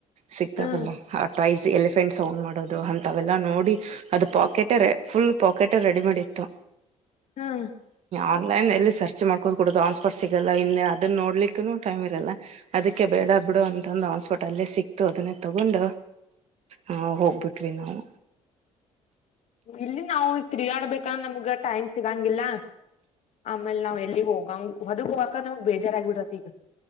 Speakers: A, on the right; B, on the left.
A: ಸಿಕ್ತಾವಲ್ಲ
B: ಹ್ಮ್
A: ಆ ಟಾಯ್ಸ್ ಎಲಿಫೆಂಟ್ಸ್ ಸೌಂಡ್ ಮಾಡೋದು ಅಂತವೆೆಲ್ಲಾ ನೋಡಿ ಅದು ಪಾಕೆಟ ಫುಲ್ ಪಾಕೆಟ್ ರೆಡಿ ಮಾಡಿತ್ತು
B: ಹ್ಮ
A: ಆನ್ಲೈನ್ ಎಲ್ಲಿ ಸರ್ಚ್ ಮಾಡ್ಕೋುದು ಕೊಡುದು ಆನ್ಸ್ಪಾಟ್ ಸಿಗ ಇ ಅದನ್ನ ನೋಡ್ಲಿಕ್ಕೂ ಟೈಮ್ ಇರಲ್ಲ ಅದಕ್ಕೆ ಬೇಡ ಬಿಡು ಅಂತ ಹನ್ಸ್ಪಟ್ ಅಲ್ಲೇ ಸಿಕ್ತು ಅದನ್ನೇ ತಗೊಂಡ ಹಾ ಹೋಗ್ಬಿಟ್ರಿ ನಾವು
B: ಇಲ್ಲಿ ನಾವು ತಿರುಗಾಡ್ಬೇಕಂದ್ರೆ ನಮ್ಗ ಟೈಮ್ ಸಿಗಂಗಿಲ್ಲ ಆಮೇಲೆ ನಾವ್ ಎಲ್ಲಿ ಹೋಗ ಹೊದಗ್ ಹೋಗಕ ನ್ ಬೇಜಾರಾಗಗ್ಬಿಡತಿಗ